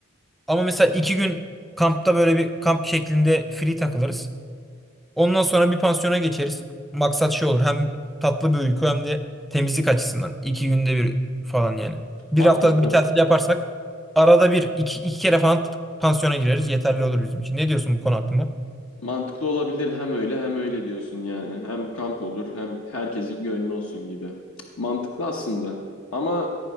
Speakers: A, in the centre; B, on the left (about 75°).
A: Ama mesela iki gün kampta böyle bir kamp şeklinde free takılırız. Ondan sonra bir pansiyona geçeriz. Maksat şey olur. Hem tatlı bir uyku hem de temizlik açısından. İki günde bir falan yani. Bir
B: Mantıklı.
A: haftalık bir tatil yaparsak arada bir iki, iki kere falan t- pansiyona gireriz. Yeterli olur bizim için. Ne diyorsun bu konu hakkında?
B: Mantıklı olabilir hem öyle hem öyle diyorsun yani. Hem kamp olur hem herkesin gönlü olsun gibi. Mantıklı aslında. Ama